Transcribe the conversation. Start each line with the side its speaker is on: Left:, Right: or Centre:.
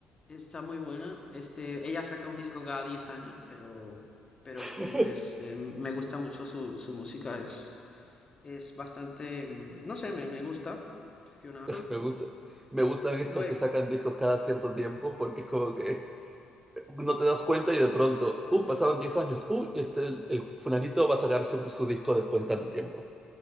Left: está muy buena. Este, ella saca un disco cada 10 años, pero pero
Right: <laughs>
Left: es un- es eh, me gusta mucho su, su música, es es bastante, mm, no sé, me me gusta Fiona Apple.
Right: Me gusta, me gustan estos
Left: Luego
Right: que sacan discos cada cierto tiempo porque es como que no te das cuenta y de pronto, uh, pasaron 10 años, uh, y este, el fulanito va a sacar su, su disco después de tanto tiempo.